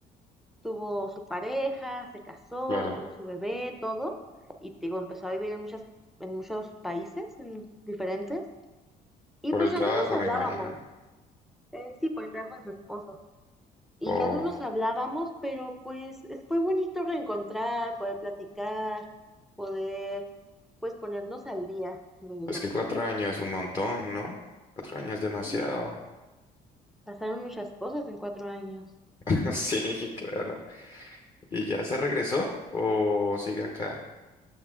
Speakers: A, in the centre; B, on the left.
A: tuvo su pareja, se casó,
B: Claro,
A: tuvo su bebé, todo, y te digo, empezó a vivir en muchas, en muchos países en diferentes, y
B: por
A: pues
B: el
A: ya
B: trabajo
A: no nos hablábamos,
B: me imagino, ¿no?
A: eh, sí, por el trabajo de su esposo, y
B: O
A: ya no nos hablábamos, pero pues es- fue bonito reencontrar, poder platicar, poder pues ponernos al día de
B: es
A: lo
B: que
A: que
B: cuatro años es un montón, ¿no? Cuatro años es demasiado.
A: sí, pasaron muchas cosas en cuatro años.
B: <laughs> Sí, claro. ¿Y ya se regresó o sigue acá?